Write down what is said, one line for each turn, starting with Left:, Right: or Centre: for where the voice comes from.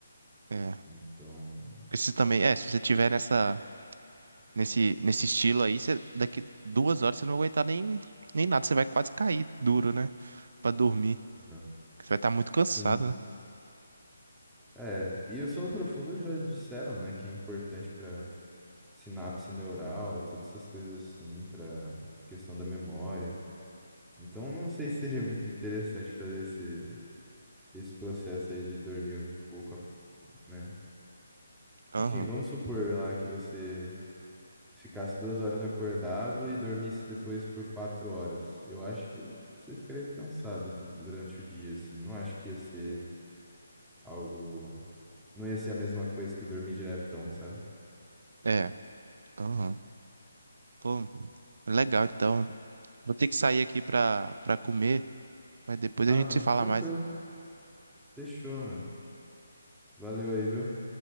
Right: É.
Centre: Então,
Right: Esse também, é, se você tiver nessa, nesse, nesse estilo aí, você, daqui duas horas você não vai aguentar nem, nem nada, você vai quase cair duro, né? Pra dormir.
Centre: ah,
Right: Você vai estar muito cansado,
Centre: sim.
Right: né?
Centre: É, e o sono profundo já disseram, né, que é importante para sinapse neural, todas essas coisas assim, para questão da memória. Então, não sei se seria muito interessante fazer esse, esse processo aí de dormir um pouco, a- né?
Right: Aham.
Centre: Enfim, vamos supor lá que você ficasse duas horas acordado e dormisse depois por quatro horas. Eu acho que você ficaria cansado durante o dia, assim. Não acho que ia ser algo. Não ia ser a mesma coisa que dormir diretão, sabe?
Right: É. Aham. Pô, legal, então. Vou ter que sair aqui pra, pra comer, mas depois
Centre: Ah,
Right: a gente
Centre: não.
Right: se fala
Centre: Tranquilo.
Right: mais.
Centre: Fechou, mano. Valeu aí, viu?